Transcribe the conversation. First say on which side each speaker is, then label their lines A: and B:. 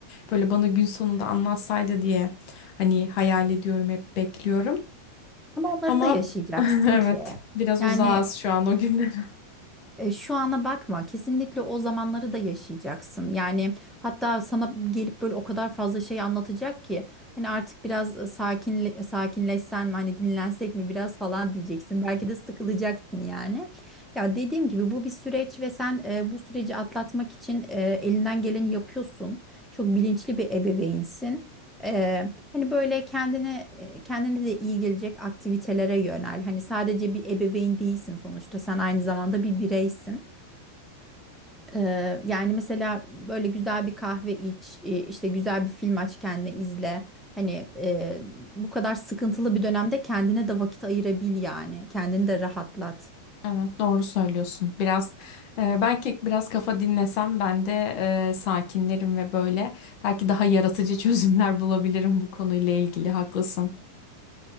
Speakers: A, on the left; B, in the centre.
A: böyle bana gün sonunda anlatsaydı diye hani hayal ediyorum hep bekliyorum.
B: Ama onları
A: Ama
B: da yaşayacaksın
A: <laughs> evet
B: ki.
A: biraz
B: Yani
A: uzağız şu an o günlere.
B: E, Şu ana bakma kesinlikle o zamanları da yaşayacaksın. Yani hatta sana gelip böyle o kadar fazla şey anlatacak ki hani artık biraz e, sakinle, sakinleşsen mi hani dinlensek mi biraz falan diyeceksin. Belki de sıkılacaksın yani. Ya dediğim gibi bu bir süreç ve sen e, bu süreci atlatmak için e, elinden geleni yapıyorsun. Çok bilinçli bir ebeveynsin. E, Hani böyle kendine e, kendine de iyi gelecek aktivitelere yönel. Hani sadece bir ebeveyn değilsin sonuçta. Sen aynı zamanda bir bireysin. Ee, yani mesela böyle güzel bir kahve iç, e, işte güzel bir film aç kendine izle. Hani e, bu kadar sıkıntılı bir dönemde kendine de vakit ayırabil yani. Kendini de rahatlat.
A: Evet, doğru söylüyorsun. Biraz e, belki biraz kafa dinlesem ben de e, sakinlerim ve böyle belki daha yaratıcı <laughs> çözümler bulabilirim bu konuyla ilgili. Haklısın.